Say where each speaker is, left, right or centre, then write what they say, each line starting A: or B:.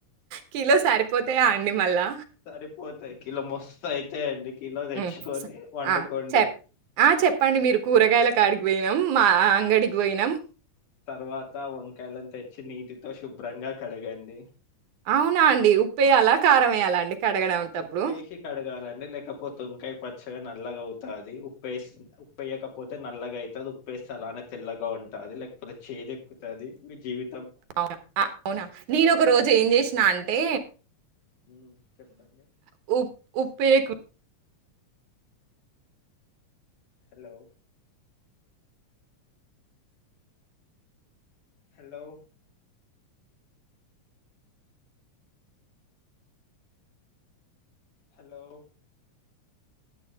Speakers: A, on the right (about 80°); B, on the left (about 85°).
A: కీలో సరిపోతాయా అండి మళ్ళా
B: సరిపోతయి కిలో మోస్ అయితయి అండి. కిలో తెచ్చుకొని
A: హ్మ్.
B: వండుకోండి
A: ఆ! చెప్ ఆ! చెప్పండి మీరు కూరగాయల కాడికి పోయినాం. మా అంగడికి పోయినాం.
B: తర్వాత వంకాయలను తెచ్చి నీటి శుభ్రంగా కడగండి.
A: అవునా అండి ఉప్పేయాలా కారం వేయాల అండి కడగడంటప్పుడు?
B: ఉప్పేసి కడగాలండి లేకపోతే వంకాయ పచ్చగా న నల్లగా అవుతాది ఉప్పేస్ ఉప్పేయకపోతే నల్లగా అయితది ఉప్పేస్తే అలానే తెల్లగా ఉంటది లేకపోతే చేదెక్కుతది మీ జీవి
A: అవునా అవునా నేను ఒక రోజు ఏం చేసినా అంటే
B: ఉమ్ చెప్పండి
A: ఉ ఉప్పేయ
B: hello hello hello